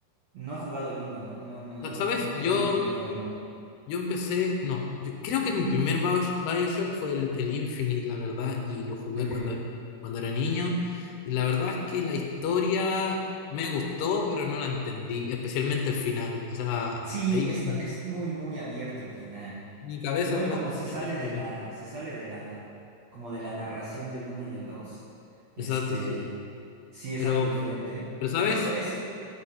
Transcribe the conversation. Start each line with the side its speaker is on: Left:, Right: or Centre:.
Right: No he jugado el uno, no, no, no, no,
Left: ¿sabes?
Right: no he tenido
Left: Yo
Right: la oportunidad de jugar el uno.
Left: Yo empecé, no, yo creo que mi primer Bio- BioShock fue el, el Infinite, la verdad, y lo jugué
Right: Ok.
Left: cuando cuando era niño. Y la verdad es que la historia me gustó, pero no la entendí, y especialmente el final. O sea,
Right: Sí,
Left: ahí
Right: está, es muy, muy abierto el final.
Left: mi cabeza
Right: Igual
Left: plásticamente
Right: como se sale
Left: explotó.
Right: de la, se sale de la, como de la narración del uno y el 2, este,
Left: Exacto, sí.
Right: sí es
Left: Pero,
Right: algo diferente.
Left: pero sabes,
Right: Y justo es,